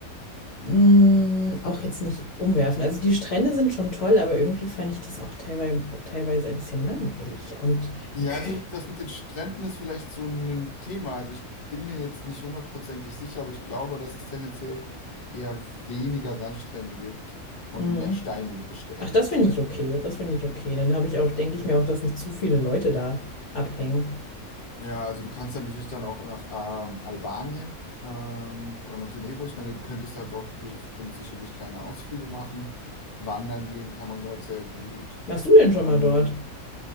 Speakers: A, on the left (about 60°); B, on the left (about 40°).
A: Mm, auch jetzt nicht umwerfen. Also die Strände sind schon toll, aber irgendwie fand ich das auch teilweise, teilweise ein bisschen langweilig. Und
B: Ja,
A: die Kü
B: also das mit den Stränden ist vielleicht so ein Thema. Also ich bin mir jetzt nicht hundertprozentig sicher, aber ich glaube, dass es tendenziell eher weniger Sandstrände gibt und
A: mm.
B: mehr steinigere Strände.
A: Ach, das
B: Strände.
A: finde ich okay. Das finde ich okay. Dann habe
B: Okay.
A: ich auch, denke ich mir auch, dass nicht zu viele Leute da abhängen.
B: Ja, also du kannst dann natürlich dann auch nach ähm, Albanien ähm, oder Montenegro. Ich meine, du könntest da dort bestimmt sicherlich kleine Ausflüge machen. Wandern gehen kann man dort sehr gut.
A: Warst du denn schon
B: Ähm,
A: mal dort?